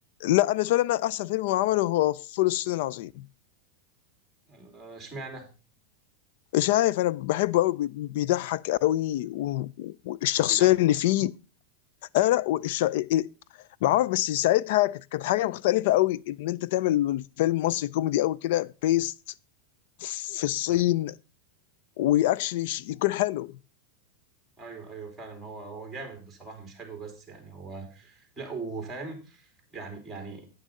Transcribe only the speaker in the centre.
آه، اشمعنى
هو بيضحك
آه،
ايوه ايوه فعلا هو هو جامد بصراحه مش حلو بس يعني هو لا وفاهم يعني يعني